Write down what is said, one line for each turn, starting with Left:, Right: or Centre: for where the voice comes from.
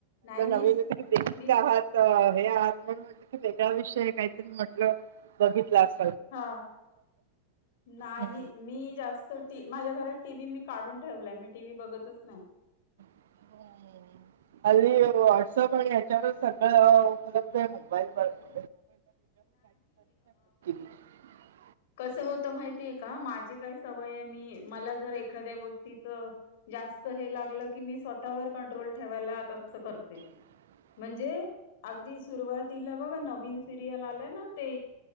Left: नाही मीस
Right: नवीन होत की लेखिका
Left: मीस
Right: आहात हे आहात - म्हट की वेगळा विषय काहीतरी म्हटलं बघितलं अस.
Left: हा नाही
Right: हम्म.
Left: मी जास्त - माझ्या घरात टीव्ही मी काढून ठेवलाय मी टीव्ही बघतच नाही.
Right: <unintelligible> हल्ली व्हॉट्सअप आणि या्याच्यावरच सगळं उपलब्ध आहे मोबाईल वर - <unintelligible>
Left: कस होत माहितीय का माझी काय सवय आहे मी मला जर एखाद्या गोष्टीच - जास्त हे लागलं की मी स्वतःवर कंट्रोल ठेवायला असं करते.
Right: <inaudible>
Left: म्हणजे अगदी सुरुवातीला बघा नवीन सिरियल आल्या ना ते!